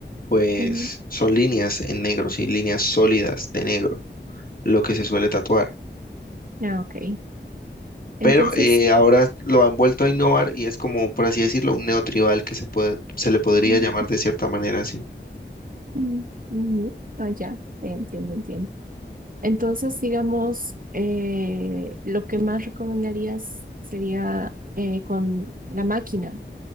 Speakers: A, on the left; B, on the right.
A: pues
B: Ujú,
A: son líneas en negro, sí, líneas sólidas de negro, lo que se suele tatuar.
B: Ah, ok, entonces,
A: Pero eh, ahora lo han vuelto a innovar y es como, por así decirlo, un neotribal que se puede, se le podría
B: mm,
A: llamar de cierta manera así.
B: mm, ujú, Ah, ya, entiendo, entiendo. Entonces, digamos, eh, lo que más recomendarías sería eh, con la máquina